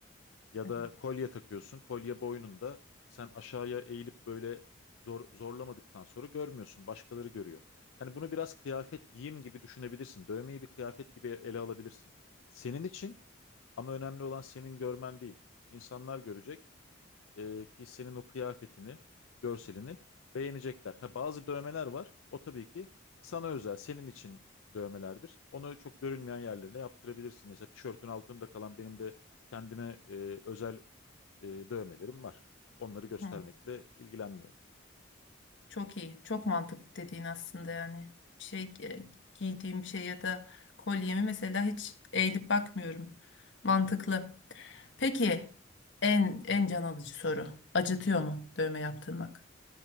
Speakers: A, on the left (about 85°); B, on the left (about 65°).
A: Ya
B: Evet.
A: da kolye takıyorsun. Kolye boynunda. Sen aşağıya eğilip böyle zor, zorlamadıktan sonra görmüyorsun. Başkaları görüyor. Yani bunu biraz kıyafet giyim gibi düşünebilirsin. Dövmeyi bir kıyafet gibi ele alabilirsin. Senin için ama önemli olan senin görmen değil. İnsanlar görecek e, ki senin o kıyafetini, görselini beğenecekler. Ha, bazı dövmeler var. O tabii ki sana özel, senin için dövmelerdir. Onu çok görülmeyen yerlerine yaptırabilirsin. Mesela tişörtün altında kalan benim de kendime e, özel e, dövmelerim var. Onları göstermekle
B: Hı.
A: ilgilenmiyorum.
B: Çok iyi. Çok mantıklı dediğin aslında yani. Bir şey e, giydiğim bir şey ya da kolyemi mesela hiç eğilip bakmıyorum. Mantıklı. Peki en en can alıcı soru. Acıtıyor mu dövme yaptırmak?